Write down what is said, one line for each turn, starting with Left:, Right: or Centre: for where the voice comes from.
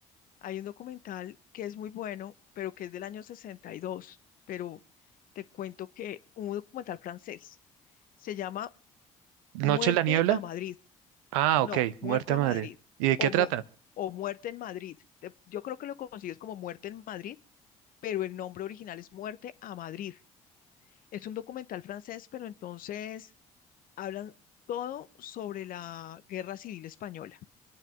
Left: hay un documental que es muy bueno, pero que es del año 62. Pero te cuento que un documental francés se llama
Right: ¿Noche
Left: Muerte
Right: en la niebla?
Left: a Madrid.
Right: Ah,
Left: No,
Right: ok, Muerte
Left: muerte
Right: a
Left: a
Right: Madre.
Left: Madrid
Right: ¿Y de
Left: o,
Right: qué trata?
Left: mu- o muerte en Madrid. Te- Yo creo que lo consigues como muerte en Madrid, pero el nombre original es Muerte a Madrid. Es un documental francés, pero entonces hablan todo sobre la Guerra Civil Española.